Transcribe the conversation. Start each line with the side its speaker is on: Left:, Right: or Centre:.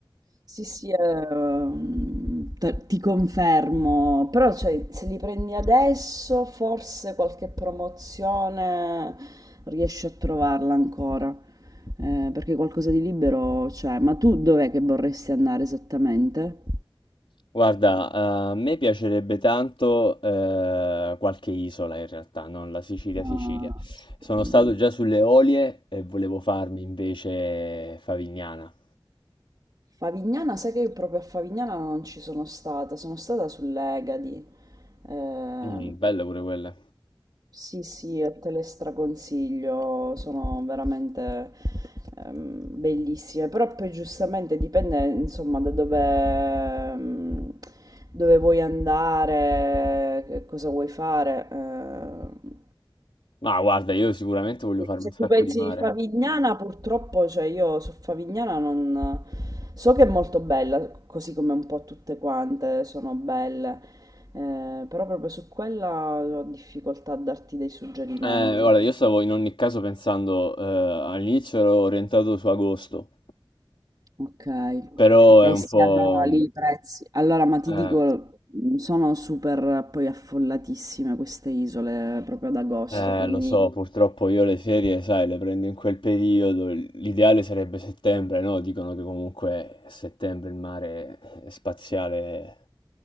Right: Sì, sì, ehm, te- ti confermo, però cioè, se li prendi adesso forse qualche promozione riesci a trovarla ancora, eh, perché qualcosa di libero c'è. Ma tu dov'è che vorresti andare esattamente?
Left: Guarda, a me piacerebbe tanto eh, qualche isola in realtà, non la Sicilia,
Right: Ah,
Left: Sicilia.
Right: sì.
Left: Sono stato già sulle Olie e volevo farmi invece Favignana.
Right: Favignana, sai che proprio a Favignana non ci sono stata, sono stata sull'Egadi. Eh,
Left: Mh, belle pure quelle.
Right: sì, sì, e te le straconsiglio, sono veramente ehm, bellissime, però poi giustamente dipende insomma da dove, ehm, dove vuoi andare, che cosa vuoi fare. eh.
Left: Ma guarda, io sicuramente voglio farmi
Right: Se
Left: un sacco
Right: tu pensi
Left: di mare.
Right: Favignana, purtroppo, cioè io su Favignana non... So che è molto bella, così come un po' tutte quante sono belle, eh, però proprio su quella ho difficoltà a darti dei suggerimenti.
Left: Eh, guarda, io stavo in ogni caso pensando, eh, all'inizio ero orientato su agosto,
Right: Ok,
Left: però
Right: eh
Left: è un
Right: sì,
Left: po'...
Right: allora lì
Left: mh,
Right: i prezzi. Allora, ma ti
Left: eh.
Right: dico, mh, sono super poi affollatissime queste isole proprio ad agosto,
Left: Eh,
Right: quindi
Left: lo so, purtroppo io le ferie, sai, le prendo in quel periodo. L'ideale sarebbe settembre, no? Dicono che comunque a settembre il mare è spaziale